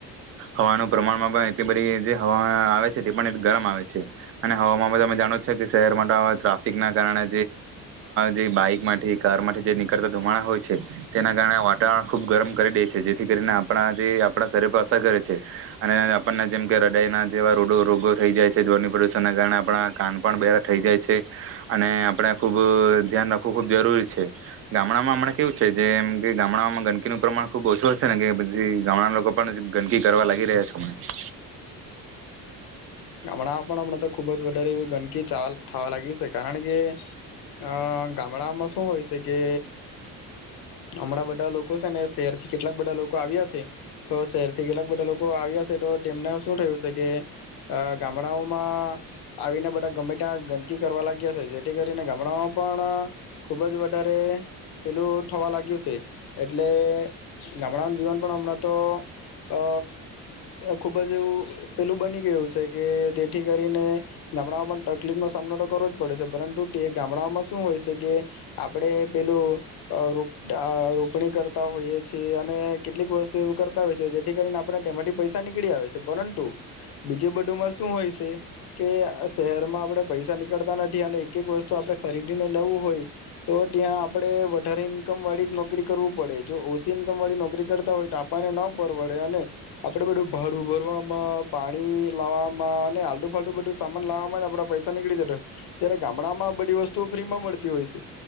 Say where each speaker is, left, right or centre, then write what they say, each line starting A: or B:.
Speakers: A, on the right (about 30°); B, on the left (about 50°).
A: હવાનું પ્રમાણમાં પણ એટલી બધી જે હવામાં આવે છે. આવે અને હ તમે જાણો છો કે શહેરમાં ટ્રાફિક ના કારણે જે બાઈક માટેથી કાર માટે જે નીકળતા ધુમાણા હોય છે તેના કારણે વાતાવરણ ખુબ ગરમ કરી દે છે જેથી કરીને આપણા જે આપણા શરીર પર અસર કરે છે અને આપણને જેમ કે રડાઈના જેવા રોડો. રોગો થઈ જાય છે ધર પ્રદુષણ ના કારણે આપણા કાન પણ બારા થઈ જાય છે અને આપણે ખુબ ધ્યાન રાખવું ખૂબ જરૂરી છે ગામડામાં હણાં કેવું છે જેમ કે ગામડામાં ગંદકીનું પ્રમાણ ખુબ ઓછું હશે ને કે પછી ગામડા લોકો પણ ગંદકી કરવા લાગી રહ્યા છે.
B: હમણાં પણ હમણાં તો ખુબ જ વધારે એવી ગંદકી ચાલ થઠાવા લાગીશ. કારણ કે અ ગામડામાં શું હોય છે કે હમણાં બધા લોકો છે ને શહેર. થી કેટલાક બધા લોકો આવ્યા છે. તો શહેર થી કેટલાક બધા લોકો આવ્યા છે તો તેમને શું થયું છે કે. ગામડાઓમાં આવીને બધા ગમે ત્યાં ગંદકી કરવા લાગ્યા છે જેથી કરીને ગામડાઓમાં પણ ખુબ જ વધારે. પેલું થવા લાગ્યું છે. એટલે ગામડાનું જીવન પણ હમણાં તો. અ. ખુબ જ એવું પેલું બની ગયું છે. કે તેથી કરીને ગામડામાં પણ તકલીફનોો સામનો તો કરવો જ પડે છે પરંતુ તે ગામડામાં શું હોય છે કે આપણે પેલું ર રોપણી કરતા હોઈએ છે અને કેટલીક વસ્તુ એ કરતા હોય છે જેથી કરીને આપણે તેમાંથી પૈસા નીકળી આવે છે પરંતુ બીજુંધું. શું હોય છે કે શહેરમાં આપણે પૈસા નીકળતા નથી અને એક એક વસ્તુ આપણે ખરીદીને લવું હોય તો ત્યાં આપડે વધારે ઇન્કમ વાળી જ નોકરી કરવું પડે જો ઓસીી ઇન્કમ વાળી નોકરી કરતા હોય ટાપાને ન પરવડે અને આપડે બધું ભાડું ભરવામાં પાણી. લાવવામાં અને હલડુ ફાડુ બધું સામાન લાવવામાં આપડા પૈસા નીકળી જતા હોય ત્યારે ગામડામાં આ બધી વસ્તુઓ ફ્રીમાં મળતી હોય છે